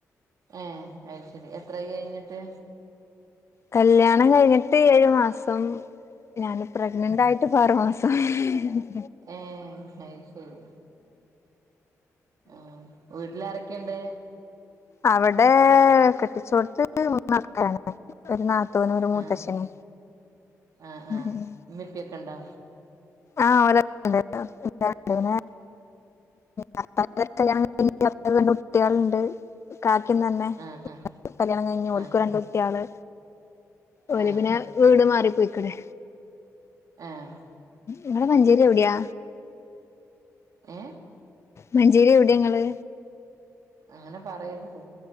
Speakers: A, on the right; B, on the left.
A: ഏ അയ്ശെരി എത്രായ് കൈഞ്ഞിട്ട്?
B: കല്ല്യാണം കഴിഞ്ഞിട്ട് ഏഴ് മാസം ഞാൻ പ്രഗ്നന്റായിട്ട് ഇപ്പം ആറ്മാസം സംഹ്
A: ഏ ഐശെരി ആഹ് വീട്ട് ആരെക്കെണ്ട്
B: അവിടേ കെട്ടിച്ചോടത്ത് മൂന്ന് മക്കളാണ് ഒര് നാത്തൂൻ ത്തൂനും ഒര് മൂത്തച്ഛനും
A: ആഹ് ആഹ്
B: മ്
A: ആഹ്
B: മ്
A: ഉമ്മി ഉപ്പിയൊക്കെ ഉണ്ടോ
B: ആഹ് ഒലോക്കണ്ട് പിന്നെ താത്താൻ്റെ കല്യാണം കഴിഞ്ഞിട്ട് രണ്ട് കുട്ട്യാള്ണ്ട് കാക്കീം തന്നെ
A: ആഹ് ആഹ്
B: കല്യാണം കൈഞ്ഞ് ഓൾക്കൂം
A: ആഹ്
B: രണ്ട് കുട്ട്യാള് ഓല്
A: ആഹ്
B: പിന്നെ വീട് മാറി പൊയിക്ക്ണ്.
A: ആഹ്
B: ഇവിടെ മഞ്ചേരി എവിടെയാ
A: ഏ
B: മഞ്ചേരി എവിടെ ഇങ്ങള്
A: അങ്ങനെ പറയരുത്